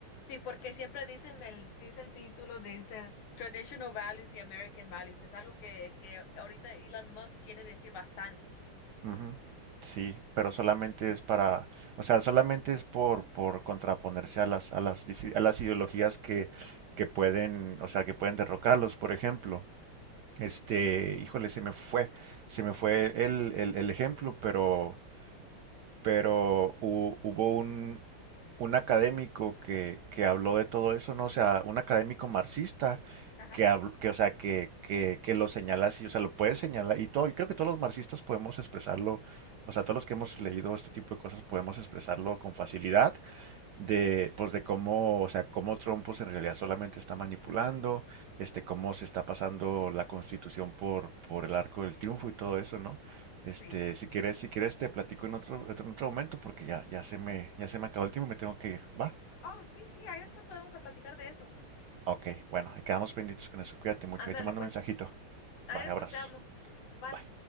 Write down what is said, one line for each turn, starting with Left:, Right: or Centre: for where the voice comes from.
Left: Sí, porque siempre dicen el, dice el título, dice Traditional Values y American Values. Es algo que, que ahorita Elon Musk quiere decir bastante
Right: Ujú. Sí, pero solamente es para, o sea, solamente es por, por contraponerse a las, a las, disi- a las ideologías que, que pueden, o sea, que pueden derrocarlos, por ejemplo. Este, híjole, se me fue, se me fue el, el- el ejemplo, pero, pero hu- hubo un, un académico que, que habló de todo eso, ¿no? O sea, un académico marxista
Left: Ajá,
Right: que, habl- que o sea, que, que, que lo señala así, o sea, lo puede señalar, y todo, y creo que todos los marxistas podemos expresarlo, o sea, todos los que hemos leído este tipo de cosas podemos expresarlo con facilidad, de, pues de cómo, o sea, cómo Trump pues, en realidad solamente está manipulando, este, cómo se está pasando la Constitución por, por el arco del triunfo y todo eso, ¿no? Este,
Left: sí.
Right: si quieres, si quieres te platico en otro, en otro momento porque ya, ya se me, ya se me acabó el tiempo y me tengo que ir, ¿va?
Left: Oh, sí, sí, ahí después podemos a platicar de eso.
Right: Ok, bueno, ahí quedamos pendientes con eso, cuídate mucho,
Left: Ándale,
Right: ahí te mando
Left: pues.
Right: un mensajito.
Left: Ahí
Right: Bye,
Left: después
Right: abrazos.
Left: te hablo. Bye.
Right: Bye.